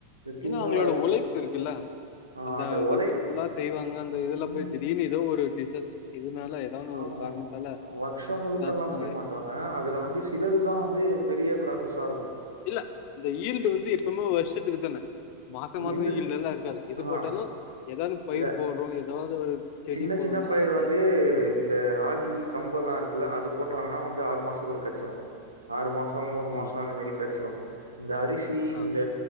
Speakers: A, on the right; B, on the left.
A: எப்பயுமே
B: ஏன்னா அவங்களோட
A: வயல்
B: உழைப்பு இருக்குல்ல
A: ஆ
B: அந்த வருஷ
A: ஒழை
B: ஃபுல்லா செய்வாங்க அந்த இதுல
A: ம்
B: போய் திடீர்னு ஒரு டிசஸ் இதனால ஏதான ஒரு
A: ஆமா
B: காரணத்தால
A: வருஷ முழுக்கல்லா
B: ஏதாச்சுன்னா
A: செய்ய மாட் பாங்க அதுல வந்து சிலதுதா வந்து பெரிய ப்ராசஸா இருக்கு
B: இல்ல இந்த ஈல்டு வந்து எப்பவுமே வருஷத்துக்கு தான மாச மாச
A: ஈண்டு
B: ஈல்டெல்லா இருக்காது எது
A: ஆஹா
B: போட்டாலு ஏதானு பயிர்
A: இல்ல.
B: போட்றோ ஏதாவ்து ஒரு செடி
A: சின்ன
B: போடுறோம்னா
A: சின்ன பயிர் வந்து
B: அது
A: இந்த ராகி கம்பெல்லா இருக்குல்ல அது போட்டாங்கன்னா வந்து ஆறு மாசத்துல கச்சரு ஆறு மாச மூணு
B: ஆமா
A: மாச அந்த மாரி கச்சிரு அந்த அரிசி
B: ஆ
A: இந்த